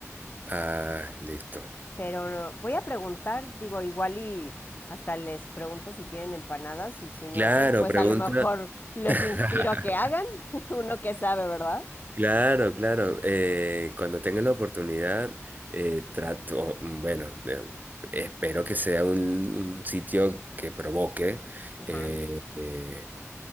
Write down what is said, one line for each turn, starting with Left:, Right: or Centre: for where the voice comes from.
Right: Ah, listo.
Left: Pero no- voy a preguntar, digo, igual y hasta les pregunto si tienen empanadas y si no
Right: Claro,
Left: hacen, pues
Right: pregunta.
Left: a lo mejor los
Right: <laughs>
Left: inspiro a que hagan, <laughs> uno que sabe, ¿verdad?
Right: Claro, claro. eh, cuando tenga la oportunidad, eh, trato, mm, bueno, eh, espero que sea un, un sitio que provoque
Left: Ajá.
Right: eh, eh,